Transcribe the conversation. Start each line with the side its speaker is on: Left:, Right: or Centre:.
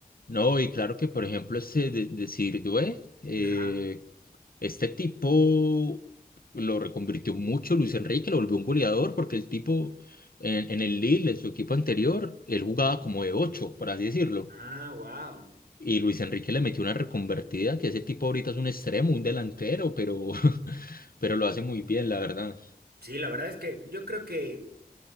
Left: no, y claro que por ejemplo ese de- decir, due, eh,
Right: Ajá.
Left: este tipo lo reconvirtió mucho Luis Enrique, lo volvió un goleador, porque el tipo en, en el Lille, en su equipo anterior, él jugaba como de ocho, por así decirlo,
Right: Ah, wow.
Left: y Luis Enrique le metió una reconvertida, que ese tipo ahorita es un extremo, un delantero, pero, <laughs> pero lo hace muy bien, la verdad.
Right: Sí, la verdad es que yo creo que